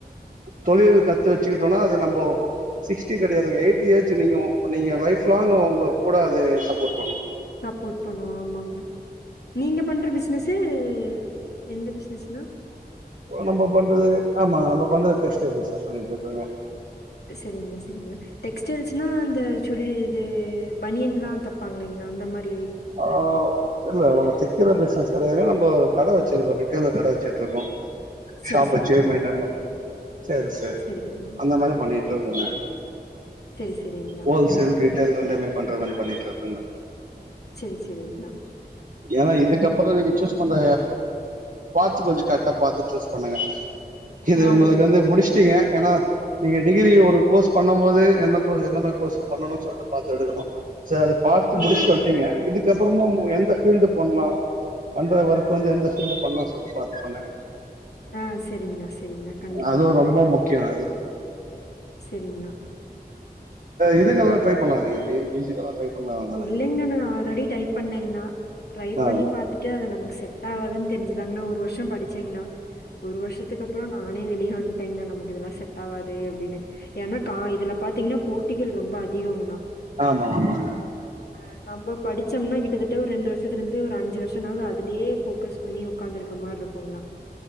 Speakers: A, on the right (about 50°); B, on the left (about 75°).
A: தொழில் கத்து வச்சுக்கிட்டோம்னா அது நம்ம சிக்ஸ்டி கிடையாது எயிட்டி ஏஜ் நீங்க நீங்க லைப் லாங்க் உங்க கூட அது சப்போர்ட் பண்ணும்
B: சப்போர்ட் பண்ணும் ஆமாங்கண்ணா நீங்க பண்ற பிசினஸ் இது எந்த பிசினஸ்
A: நம்ம பண்றது ஆமாங்க நம்ம பண்றது டெக்ஸ்டைல்ஸ் பிசினஸ் பண்ணிட்டு இருக்கங்க
B: சரிங்கண்ணா, சரிங்கண்ணா. டெக்ஸ்டைல்ஸ்னா அந்த சுடி இது பனியன்லாம் தைப்பாங்களாங்களா அந்த மாதிரி
A: ஆஹ் இல்ல உங்க தைக்கிற பிசினஸ் கிடையாது இப்போ ஒரு கடை வச்சிருக்கோம் ரிட்டோல கடை வச்சுட்டு இருக்கோம்
B: சரி,
A: ஷாப்
B: சரிங்கண்ணா.
A: வச்சி மெயின்டெய்ன் பண்ணன் சர்வீஸ்
B: சரி, சரிங்க.
A: அந்த மாதிரி பண்ணிட்டு இருக்கேன் நான்
B: சரி, சரிங்கண்ணா.
A: வோல்சேல் ரிட்டெயில் ரெண்டுமே பண்ற மாதிரி பண்ணிட்டு இருக்கேன்
B: சரி சரிங்கண்ணா
A: ஏன்னா இதுக்கப்புறம் நீங்க சூஸ் பண்ற பாத்து கொஞ்சம் கரெட்டா பாத்து சூஸ் பண்ணுங்க இது
B: ஆ,
A: உங்களுக்கு
B: ஓ
A: வந்து முடிச்சுட்டீங்க
B: சரிங்கண்ணா.
A: ஏன்னா நீங்க டிகிரி ஒரு கோர்ஸ் பண்ணும் போது என்த எந்த மாரி கோர்ஸ் பண்ணணும்னு சொல்லிட்டு பாத்து எடுக்கணும் சார் அத பாத்து
B: ஆமாங்கண்ணா.
A: முடிச்சிட்டு வந்தீங்க இதுக்கப்புறம் அப்புறமும் எந்த ஃபீல்டு பண்ணலாம் அந்த ஒர்க்க் வந்து எந்த ஃபீல்டு பண்ணலாம் சொல்லிட்டு பாத்து பண்ணுங்க
B: ஆ, சரிங்கண்ணா, சரிங்கண்ணா. கண்டிப்பாங்கண்ணா.
A: அதுவும் ரொம்ப முக்கியம் அது
B: சரிங்கண்ணா
A: இதுக்கெல்லாம் ட்ரை பண்ணலாம் நீங்க T N P S C try பண்ணலா தானே
B: இல்லைங்கண்ணா நான் ஆல்ரெடி டைப் பண்ணேங்கண்ணா ட்ரை
A: ஆ
B: பண்ணி பாத்துட்டு அத நமக்கு செட் செட் ஆவாதுன்னு தெரிஞ்சுாங்கண்ணா ஒரு வருஷம் படிச்சேங்கன்னா ஒரு வருஷத்துக்கு அப்புறம் நானே வெளிய வந்துட்டீங்கன்னா நமக்கு இதெல்லாம் செட் ஆகாதுன்னு அப்டின்னு ஏன்னா இதுல பாத்தீங்கன்னா போட்டிகள் ரொம்ப அதிகம்னா
A: ஆமா ஆமாங்க
B: ஆஹ் நம்ம படிச்சோம்னா கிட்டத்தட்ட ஒரு ரெண்டு வருஷத்துல இருந்து ஒரு அஞ்சு வருஷனாவது அதுலயே போக்கஸ் பண்ணி உக்காந்துருக்க மாரி இருக்கும்ன்னா